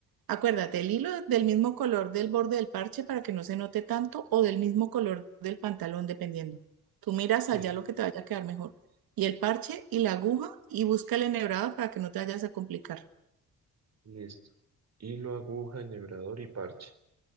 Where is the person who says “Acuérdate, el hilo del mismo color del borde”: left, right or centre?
Right